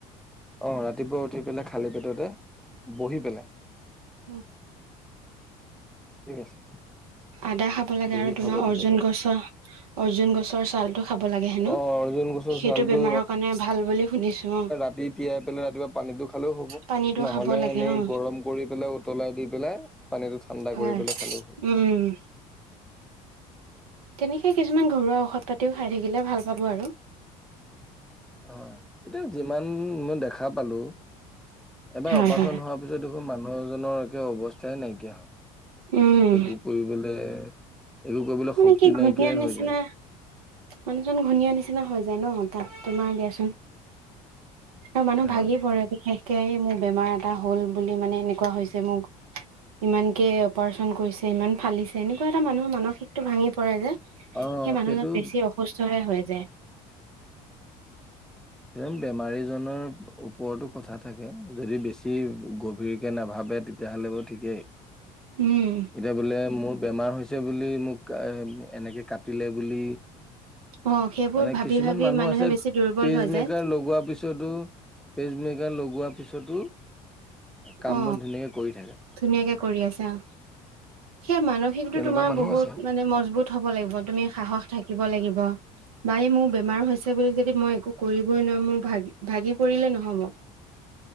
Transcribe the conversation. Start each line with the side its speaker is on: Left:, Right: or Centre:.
Centre: অ ৰাতিপুৱা উঠি পেলাই খালী পেটতে বহি পেলাই
Right: উম
Centre: ঠিক আছে
Right: আদা খাব লাগে
Centre: বহি
Right: আৰু তোমাৰ
Centre: খাব দিছে
Right: অৰ্জুন
Centre: তেওঁ
Right: গছৰ অৰ্জুন গছৰ ছালটো খাব লাগে হেনো
Centre: অ অৰ্জুন গছৰ
Right: সেইটো
Centre: ছালটো
Right: বেমাৰৰ কাৰণে ভাল বুলি শুনিছো অ
Centre: দি তিয়াই পেলাই ৰাতিপুৱা পানীটো খালেও হ'ব
Right: পানীটো
Centre: নহলে
Right: খাব লাগে
Centre: এনেই
Right: অ
Centre: গৰম কৰি পেলাই উতলাই দি পেলাই পানীটো ঠাণ্ডা
Right: হয়,
Centre: কৰি পেলাই খালেও হ'ল
Right: উম। তেনেকেই কিছুমান ঘৰুৱা ঔষধ পাতিও খাই থাকিলে ভাল পাব আৰু।
Centre: হয়, এতিয়া যিমান মই দেখা পালো। এবাৰ
Right: হয়
Centre: অপাৰচন
Right: হয়।
Centre: হোৱাৰ পিছত দেখোন মানুহ এজনৰ একে অৱস্থাই নাইকিয়া হয়।
Right: উম
Centre: একো কৰিবলে। একো কৰিবলৈ
Right: মানে,
Centre: শক্তি
Right: কি
Centre: নাইকিয়াই
Right: ঘূণীয়া নিচিনা
Centre: হৈ যায়
Right: মানুহজন ঘূণীয়া নিচিনা হৈ যায় ন। তাত তোমাৰ দিয়াচোন আৰু মানুহ
Centre: হয়
Right: ভাগি পৰে বিশেষ। <unintelligible> মোৰ বেমাৰ এটা হ'ল বুলি মানে এনেকুৱা হৈছে মোক। ইমানকে অপাৰচন কৰিছে, ইমান ফালিছে। এনেকুৱা এটা মানুহৰ মানসিক টো ভাঙি পৰে যে
Centre: অ
Right: সেই মানুহজন
Centre: সেইটো
Right: বেছি অসুস্থহে হৈ যায়।
Centre: সেই বেমাৰীজনৰ ওপৰতো কথা থাকে। যদি বেছি গভীৰকে নাভাবে তেতিয়াহ'লে বাও ঠিকেই।
Right: উম
Centre: এতিয়া বোলে মোৰ বেমাৰ হৈছে বুলি মোক এনেকে কাটিলে বুলি
Right: অ সেইবোৰ
Centre: মানে
Right: ভাবি
Centre: কিছুমান
Right: ভাবি
Centre: মানুহ
Right: মানুহে
Centre: আছে।
Right: বেছি দুৰ্বল
Centre: পেচমেকাৰ
Right: হৈ যায়।
Centre: লগোৱাৰ পিছতো পেচমেকাৰ লগোৱাৰ পিছতো কাম-বন
Right: অ
Centre: ধুনীয়াকে কৰি থাকে।
Right: ধুনীয়াকে কৰি আছে অ। সেই মানসিকতাটো
Centre: তেনেকুৱা
Right: তোমাৰ
Centre: মানুহ
Right: বহুত
Centre: আছে।
Right: মানে মজবুত হব লাগিব, তুমি সাহস থাকিব লাগিব। বাই মোৰ বেমাৰ হৈছে বুলি যদি মই একো কৰিবই নোৱাৰো, মোৰ ভাগি ভাগি পৰিলে নহব। <inaudible>